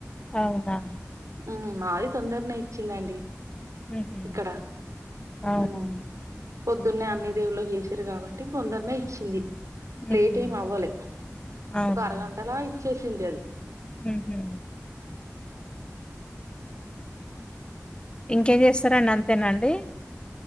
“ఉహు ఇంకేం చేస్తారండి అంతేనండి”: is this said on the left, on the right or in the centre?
Left